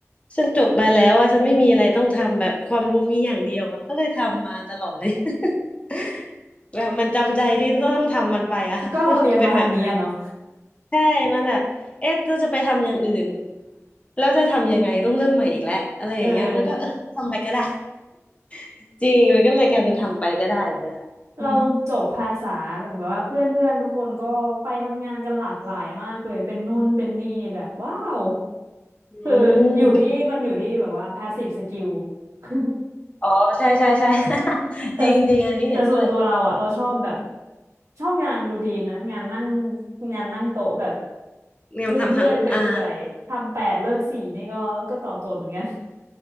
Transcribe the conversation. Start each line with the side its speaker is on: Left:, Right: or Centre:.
Left: ฉันจบมาแล้วอะฉันไม่มีอะไรต้องทำแบบความรู้มีอย่างเดียวอะก็เลยทำมาตลอดเลย <laughs> แบบมันจำใจที่ต้องทำมันไปอะ
Right: ก็เราเรียนมาทางนี้อะเนาะ
Left: <laughs> มันเป็นแบบนั้นใช่มันอะเอ๊ะจะจะไปทำอย่างอื่นแล้วจะทำยังไงต้องเริ่มใหม่อีกแล้วอะไรอย่างเงี้ยมันก็เออทำไปก็ได้
Right: เออ
Left: <laughs> จริงมันก็เลยกลายเป็นทำไปก็ได้อย่างเงี้ยค่ะอืม
Right: เราจบภาษาแบบว่าเพื่อนเพื่อนทุกคนก็ไปทำงานกันหลากหลายมากเลย เป็นนู่นเป็นนี่แบบว้าว
Left: อื
Right: คืออยู่ที่มันอยู่ที่แบบว่า
Left: ม
Right: passive skill <laughs>
Left: อ๋อใช่ใช่ใช่ <laughs>
Right: แต่
Left: จริงจริงอันนี้เห็นด้วย
Right: แต่ส่วนตัวเราอะเราชอบแบบชอบงานรูทีนนะ งานนั่งงานนั่งโต๊ะแบบ
Left: เนี่ยมันทำทั้งอ่า
Right: เรื่อยๆไปเปื่อยๆ ทำแปดเลิกสี่นี่ก็ก็ตอบโจทย์เหมือนกัน